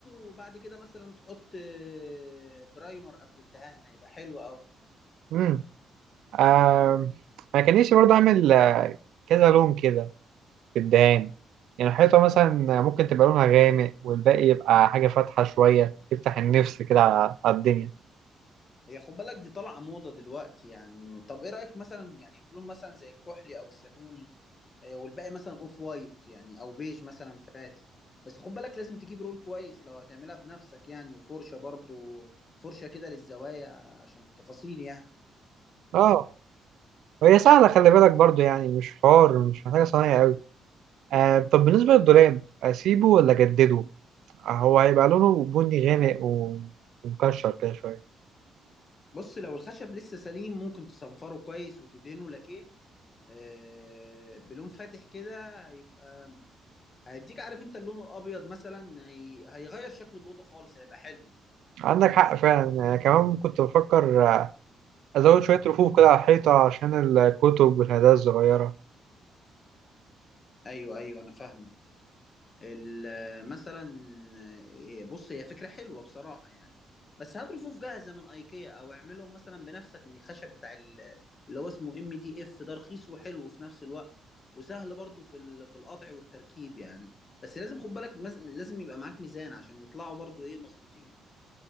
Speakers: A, on the left; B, on the right.
A: وبعد كده مثلا تحط آه، برايمر قبل الدهان هيبقى حلو قوي
B: امم آم، ما كان نفسي برضه أعمل آه، كذا لون كده في الدهان يعني الحيطة مثلا ممكن تبقى لونها غامق والباقي يبقى حاجة فاتحة شوية تفتح النفس كده على على الدنيا
A: هي خد بالك دي طالعه موضه دلوقتي يعني طب ايه رايك مثلا يعني في لون مثلا زي الكحلي او الزيتوني آه، والباقي مثلا اوف وايت يعني او بيج مثلا فاتح بس خد بالك لازم تجيب رول كويس لو هتعملها بنفسك يعني وفرشه برضو فرشه كده للزوايا عشان التفاصيل يعني
B: اه وهي سهلة خلي بالك برضه يعني مش حوار مش محتاجة صنايع أوي آه طب بالنسبة للدولاب أسيبه ولا أجدده؟ آه، هو هيبقى لونه بني غامق و- ومكشر كده شوية
A: بص لو الخشب لسه سليم ممكن تصنفره كويس وتدهنه لكيه آه، بلون فاتح كده هيبقى هيديك عارف انت اللون الابيض مثلا هي... هيغير شكل الاوضه خالص هيبقى حلو
B: عندك حق فعلا أنا كمان كنت بفكر أزود شوية رفوف كده على الحيطة عشان الكتب والهدايا الصغيرة
A: ايوه ايوه انا فاهمك ال- مثلا آه، بص هي فكرة حلوة بصراحة يعني بس هات رفوف جاهزة من ايكيا او اعملهم مثلا بنفسك من الخشب بتاع ال- اللي هو اسمه ام دي اف ده رخيص وحلو في نفس الوقت وسهل برضو في ال- في القطع والتركيب يعني بس لازم خد بالك مز- لازم يبقى معاك ميزان عشان يطلعوا برضو ايه مظبوطين